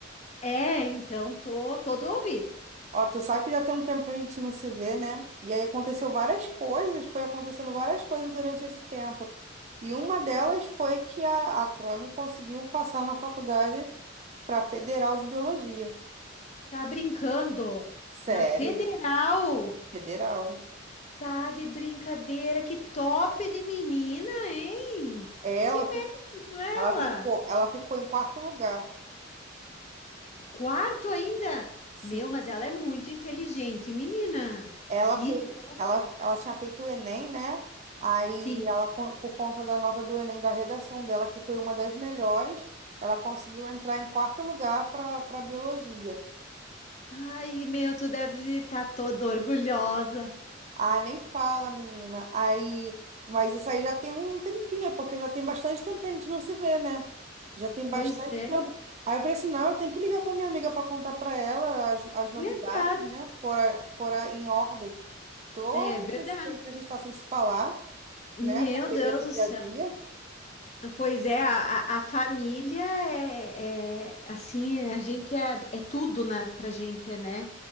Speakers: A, on the left; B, on the right.
A: É, então tô todo ouvido.
B: Ó, tu sabe que já tem um tempo que a gente não se vê, né? E aí aconteceu várias coisas, foi acontecendo várias coisas durante esse tempo. E uma delas
A: Hum,
B: foi que a, a Trame conseguiu passar na faculdade para Federal de Biologia.
A: Tá brincando
B: Sério,
A: na Federal?
B: Federal.
A: Tá de brincadeira, que top de menina, hein?
B: Ela,
A: Te
B: fi-
A: mete com ela.
B: ela ficou, ela ficou em quarto lugar.
A: Quarto ainda?
B: Sim.
A: Meu, mas ela é muito inteligente, menina.
B: Ela
A: Que
B: fez,
A: top.
B: ela, ela tinha feito o Enem, né? Aí
A: Sim.
B: ela, co- por conta da nota do Enem, da redação dela, que foi uma das melhores, ela conseguiu entrar em quarto lugar para para biologia.
A: Ai, meu, tu deve estar toda orgulhosa.
B: Ah, nem fala, menina. Aí, mas isso aí já tem um tempinho, é porque já tem bastante tempo que a gente não se vê, né? Já tem
A: Pois
B: bastante
A: é,
B: tempo. Aí eu falei assim, não, eu tenho que ligar para minha amiga para contar para ela as, as novidades,
A: verdade.
B: né? Por, a- por a- em ordem. Todo
A: É verdade.
B: esse tempo que a gente está sem se falar.
A: Meu
B: né? Correria
A: Deus
B: do
A: do
B: dia
A: céu.
B: a dia,
A: Pois é, a, a a família é, é, assim, a gente é, é tudo, né, pra gente, né?